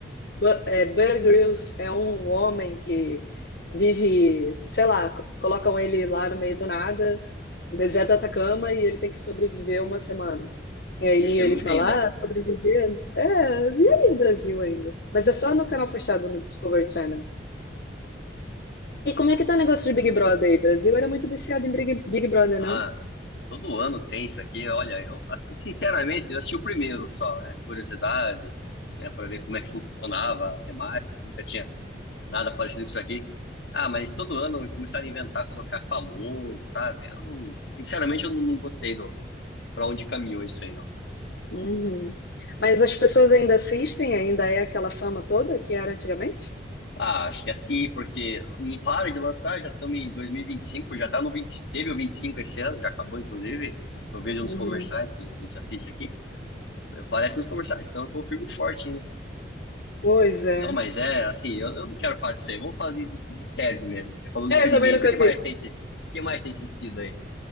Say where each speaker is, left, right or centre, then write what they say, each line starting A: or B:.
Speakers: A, on the left; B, on the left.
A: Ba- é, Bear Grylls é um homem que vive, sei lá, co- colocam ele lá no meio do nada, no deserto do Atacama, e ele tem que sobreviver uma semana. E aí
B: Esse
A: ele
B: eu não
A: fala,
B: vi ainda.
A: ah, sobreviver? É, e aí no Brasil ainda? Mas é só no canal fechado, no Discovery Channel. E como é que tá o
B: Esse-
A: negócio de Big Brother aí? Brasil era muito viciado em Big, Big Brother,
B: ah,
A: não?
B: todo ano tem isso aqui. Olha, eu, assim, sinceramente, eu assisti o primeiro só, né? Curiosidade, né? Pra ver como é que funcionava a temática, nunca tinha nada parecido com isso aqui. Ah, mas todo ano começaram a inventar, colocar famoso, sabe? Eu não- sinceramente, eu não, não gostei do pra onde caminhou isso aí, não.
A: Uhum. Mas as pessoas ainda assistem? Ainda é aquela fama toda que era antigamente?
B: Ah, acho que é assim, porque não para de lançar, já estamos em 2025, já tá no 20, teve o 25 esse ano, já acabou, inclusive. Eu vejo nos
A: Uhum.
B: comerciais que a gente assiste aqui, aparece nos comerciais, então eu tô firme e forte ainda.
A: Pois é.
B: Não, mas é assim, eu, eu não quero falar disso aí, vamos falar de, de, de séries mesmo. Você falou do
A: É,
B: Squid
A: eu também
B: Game,
A: nunca
B: o que mais
A: vi.
B: tem, se- o que mais tem assistido aí?